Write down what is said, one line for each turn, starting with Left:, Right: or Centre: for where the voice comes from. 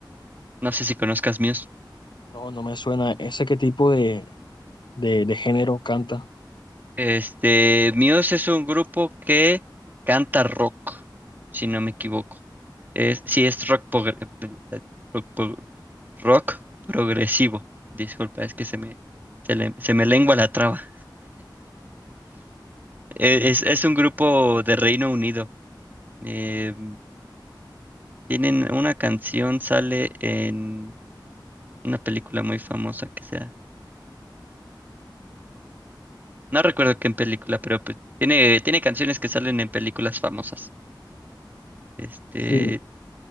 Right: No sé si conozcas Muse.
Left: No, no me suena. ¿Ese qué tipo de, de, de género canta?
Right: Este, Muse es un grupo que canta rock, si no me equivoco. Es, sí, es rock, progre- rock, pro- rock progresivo. Disculpa, es que se me, se le- se me lengua la traba. E- Es, es un grupo de Reino Unido. Eh, tienen una canción, sale en una película muy famosa que sea. No recuerdo qué en película, pero pues, tiene, tiene canciones que salen en películas famosas. Este.
Left: Sí.